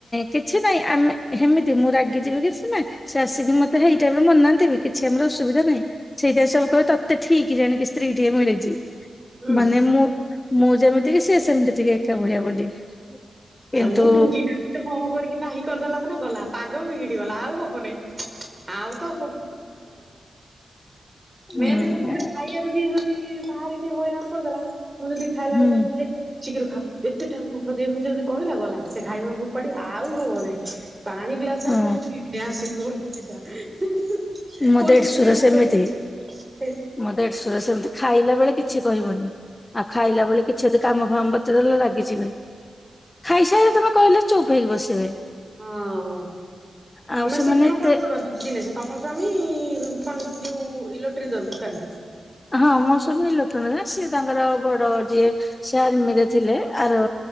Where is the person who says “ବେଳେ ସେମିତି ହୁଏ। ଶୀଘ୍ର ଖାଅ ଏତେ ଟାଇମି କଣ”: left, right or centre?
Right